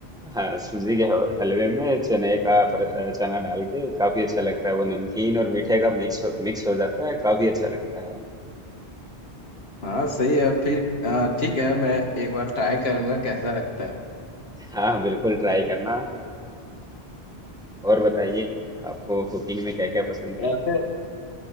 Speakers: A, in the centre; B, on the left (about 70°).
A: हाँ सूजी के ह- हलवे में चने का पर, चना डाल के काफी अच्छा लगता है वो नमकीन और मीठे का मिक्स हो, मिक्स हो जाता है काफी अच्छा लगता है
B: हाँ सही है फिर अ, ठीक है मैं एक बार ट्राई करूंगा कैसा लगता है
A: हाँ बिल्कुल ट्राई करना और बताइए आपको कुकिंग में क्या क्या पसंद
B: वैसे